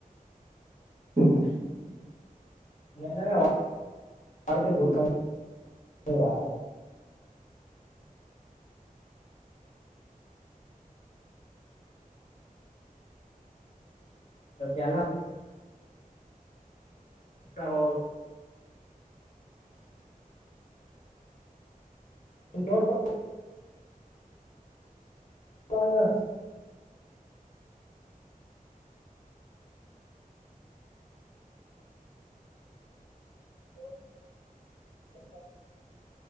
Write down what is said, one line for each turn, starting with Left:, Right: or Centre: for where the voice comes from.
Right: ಹ್ಮ ಹ್ಮ
Left: <unintelligible> ಏಲ್ಲ ಕಾವಲ
Right: <unintelligible>
Left: <unintelligible> ಪಾೌಂಗಾ <inaudible>